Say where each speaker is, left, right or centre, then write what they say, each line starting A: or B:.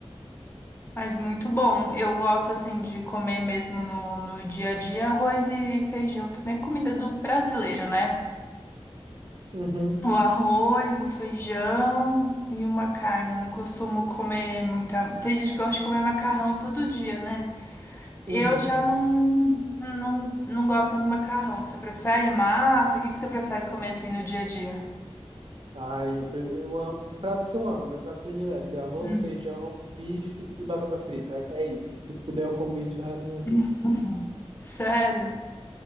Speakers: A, on the left (about 20°); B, on the right (about 55°).
A: Mas muito bom. Eu gosto, assim, de comer mesmo no, no dia a dia arroz e feijão. Também é comida do brasileiro, né?
B: Uhum,
A: O arroz, o feijão e uma carne. Eu não costumo comer muita. Tem gente que gosta de comer macarrão todo dia, né? Eu
B: uhum.
A: já não, não, não gosto do macarrão. Você prefere massa? O que que você prefere comer assim no dia a dia?
B: Ai, eu, pre- eu amo. O prato que eu amo, meu prato predileto é arroz,
A: Hum.
B: feijão, bife e batata frita. É isso. Se puder, eu como isso o resto da minha vida.
A: <laughs> Sério?